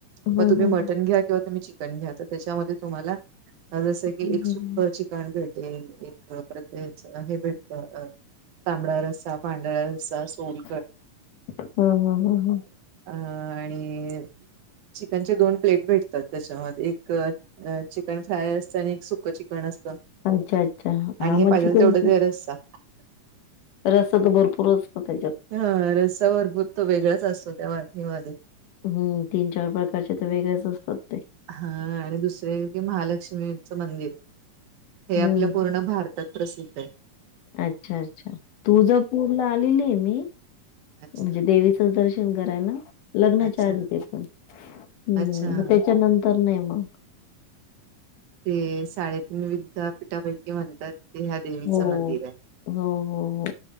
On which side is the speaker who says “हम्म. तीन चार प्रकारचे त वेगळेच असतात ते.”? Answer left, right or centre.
Left